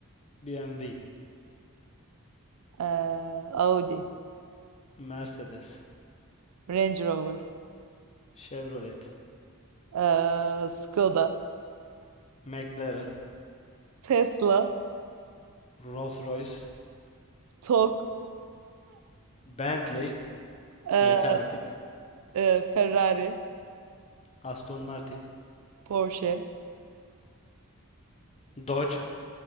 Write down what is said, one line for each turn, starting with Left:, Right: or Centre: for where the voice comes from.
Left: BMW,
Right: Ee, Audi,
Left: Mercedes,
Right: Range Rover,
Left: Chevrolet,
Right: ee, Skoda,
Left: McLaren,
Right: Tesla,
Left: Rolls-Royce,
Right: Tok,
Left: Bentley,
Right: ee,
Left: yeter artık.
Right: ee, Ferrari,
Left: Aston Martin,
Right: Porsche,
Left: Dodge,